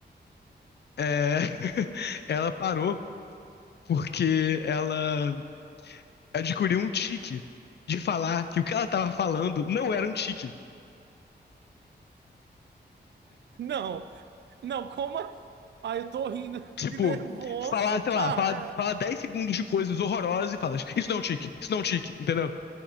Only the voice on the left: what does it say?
é, <laughs> ela parou porque ela adquiriu um tique de falar que o que ela tava falando não era um tique.
Tipo,
falar, sei
lá, falar fala 10 segundos de coisas horrorosas e fala, isso não é um tique, isso não é um tique, entendeu?